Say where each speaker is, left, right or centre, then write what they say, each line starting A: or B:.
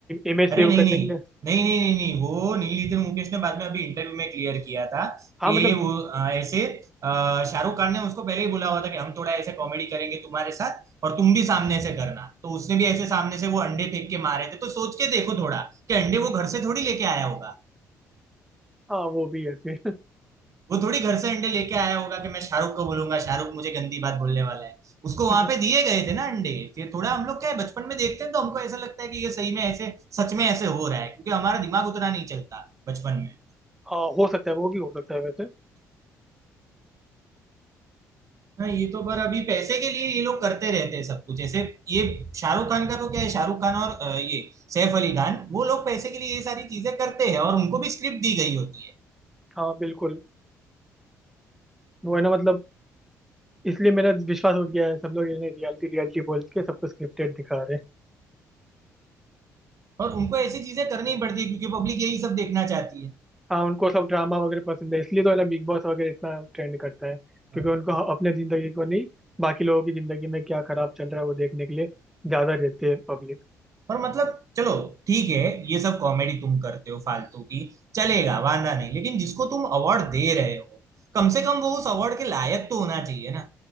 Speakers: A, in the centre; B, on the right.
A: इमेज
B: अरे
A: सेव
B: नहीं
A: करने
B: नहीं
A: के लिए
B: नहीं नहीं नहीं नहीं वो नीलीधर मुकेश ने बाद में अभी इंटरव्यू में क्लियर किया था कि
A: हाँ मतलब
B: वो अ, ऐसे अ, शाहरुख खान ने उसको पहले ही बोला हुआ था कि हम थोड़ा ऐसे कॉमेडी करेंगे तुम्हारे साथ और तुम भी सामने से करना तो उसने भी ऐसे सामने से वो अंडे फेंक के मारे थे तो सोच के देखो थोड़ा कि अंडे वो घर से थोड़ी लेके आया होगा
A: हाँ वो भी है फिर
B: वो थोड़ी घर से अंडे लेके आया होगा कि मैं शाहरुख को बोलूंगा शाहरुख मुझे गंदी बात बोलने वाला है उसको वहां
A: <laughs>
B: पे दिए गए थे ना अंडे तो ये थोड़ा हम लोग क्या है बचपन में देखते हैं तो हमको ऐसा लगता है कि ये सही में ऐसे सच में ऐसे हो रहा है क्योंकि हमारा दिमाग उतना नहीं चलता बचपन में
A: हाँ हो सकता है वो भी हो सकता है वैसे
B: हाँ ये तो पर अभी पैसे के लिए ये लोग करते रहते हैं सब कुछ ऐसे ये शाहरुख खान का तो क्या है शाहरुख खान और अ, ये सैफ अली खान वो लोग पैसे के लिए ये सारी चीजें करते हैं और उनको भी स्क्रिप्ट दी गई होती है
A: हाँ बिल्कुल वो है ना मतलब इसलिए मेरा विश्वास उठ गया है सब लोग इन्हें रियलिटी रियलिटी बोल के सबको स्क्रिप्टेड दिखा रहे हैं
B: और उनको ऐसी चीजें करनी ही पड़ती है क्योंकि पब्लिक यही सब देखना चाहती
A: हाँ उनको सब ड्रामा वगैरह पसंद है इसलिए तो है ना बिग बॉस वगैरह इतना ट्रेंड करता है
B: है
A: क्योंकि उनको अपने जिंदगी को नहीं बाकी लोगों की जिंदगी में क्या खराब चल रहा है वो देखने के लिए ज्यादा रहते हैं पब्लिक
B: और मतलब चलो ठीक है ये सब कॉमेडी तुम करते हो फालतू की चलेगा वांदा नहीं लेकिन जिसको तुम अवार्ड दे रहे हो कम से कम वो उस अवार्ड के लायक तो होना चाहिए ना